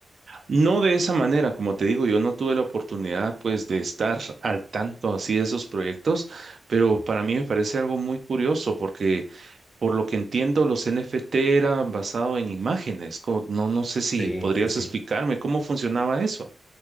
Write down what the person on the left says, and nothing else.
Mm.
Sí,
sí, sí.